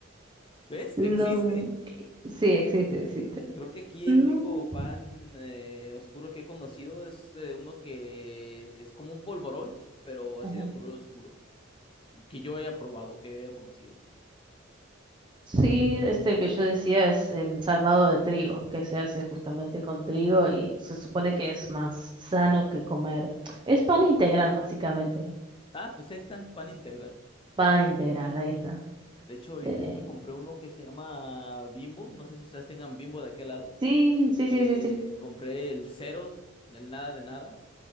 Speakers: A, on the left (about 25°); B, on the right (about 25°).
A: ¿Ves?
B: No.
A: Existe.
B: Sí, existe, existe.
A: Creo que aquí
B: No.
A: el único pan eh, oscuro que he conocido es eh, uno que es como un polvorón, pero así
B: Ajá.
A: de color oscuro, y que yo haya probado, que haya conocido.
B: Sí, este que yo decía es el salvado de trigo, que se hace justamente con trigo y se supone que es más sano que comer. Es pan integral, básicamente.
A: Ah, pues ahí está, pan integral.
B: Pan integral, ahí está.
A: De hecho, ahorita
B: Eh,
A: yo me compré uno que se llama Bimbo. No sé si ustedes tengan Bimbo de aquel lado.
B: sí, sí,
A: Eh,
B: sí, sí, sí.
A: compré el cero, del nada de nada,